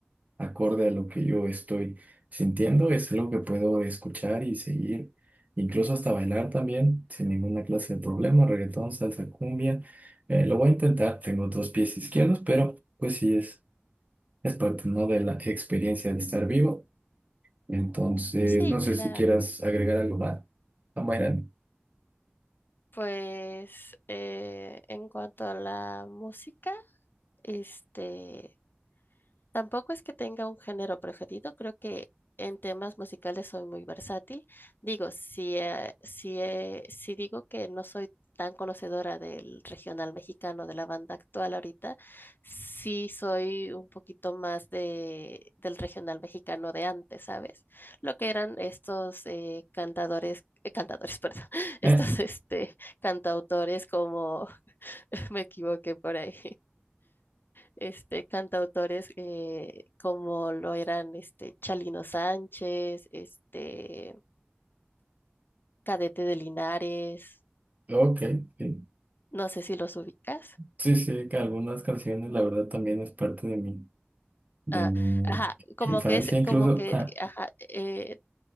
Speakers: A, on the right (about 40°); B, on the left (about 55°).
A: acorde a lo que yo estoy sintiendo, es algo que puedo escuchar y seguir, incluso hasta bailar también, sin ninguna clase de problema, reggaetón, salsa, cumbia. Eh, lo voy a intentar, tengo dos pies izquierdos, pero pues sí es, es parte, ¿no? de la experiencia de estar vivo. Entonces,
B: Sí,
A: no sé
B: claro.
A: si quieras agregar algo más, Mayran.
B: Pues eh, en cuanto a la música, este... Tampoco es que tenga un género preferido, creo que en temas musicales soy muy versátil. Digo, si, eh, si, eh, si digo que no soy tan conocedora del regional mexicano, de la banda actual ahorita, sí soy un poquito más de, del regional mexicano de antes, ¿sabes? Lo que eran estos eh, cantadores, eh, cantadores, <laughs> perdón, estos
A: Eh,
B: este, cantautores como <laughs> me equivoqué por ahí este, cantautores eh, como lo eran este, Chalino Sánchez, este, Cadete de Linares,
A: ok, sí.
B: no sé si los ubicas.
A: Sí, sí, que algunas canciones, la verdad, también es parte de mi, de
B: Ah,
A: mi
B: ajá, como
A: infancia,
B: que es,
A: incluso
B: como que,
A: ah,
B: ajá, eh,